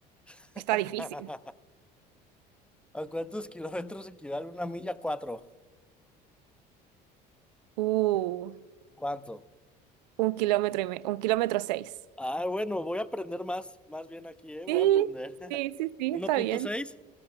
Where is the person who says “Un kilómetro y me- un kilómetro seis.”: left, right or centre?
Right